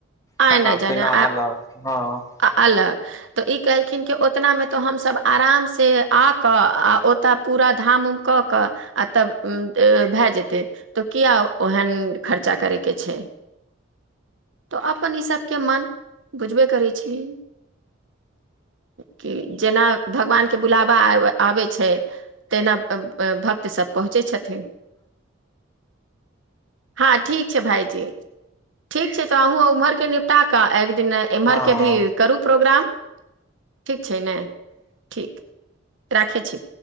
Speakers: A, on the right; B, on the left.
A: आइ
B: खाना
A: नहि जाने
B: पीना
A: आ
B: अलग हं।
A: आ अलग तऽ ई कहलखिन कि ओतनामे तऽ हमसभ आरामसँ आ कऽ आ ओतय पूरा धाम - उम कऽ कऽ आ तब भए जेतै तऽ किया ओहन खर्चा करयके छै। तऽ अपन ई सबके मन बुझबे करै छीिय कि जेना भगवान के बुलाबा आबै छै तेना। भक्त सब पहुँचै छथिन। हँ ठीक छै भाइजी ठीक छै। अहू उमहर के निपटा क आ। दिन एम्हर
B: हँ
A: के भी करू प्रोग्राम। ठीक छै ने ठीक राखै छी।